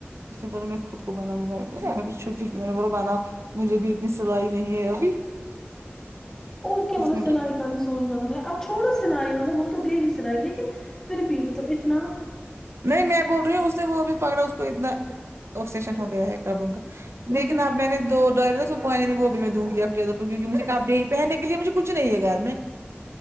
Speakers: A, on the right; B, on the left.
A: اس سے بولا میں خود کو بناؤں گی میں چھپی کی میں نے بولا بناؤں مجھے بھی اتنی سلائی نہیں ہے ابھی
B: اور کیا مطلب
A: اس میں
B: سلائی کام سوچنا ہوتا ہے اب چھوڑو سلائی والا وہ تو دے گی سلائی لیکن پھر بھی مطلب اتنا
A: نہیں میں بول رہی ہوں اس سے وہ بھی پر رہا اس کو اتنا اؤبسیشن ہو گیا ہے کبوں کا
B: وہی
A: لیکن اپ
B: وہی
A: میں نے تو ڈر نا سپانی میں وہ بھی میں دوں گی <unintelligible> ا کیک مجھے کاپی پہنے کےے مجھے کچھ نہیں ہے گھر میں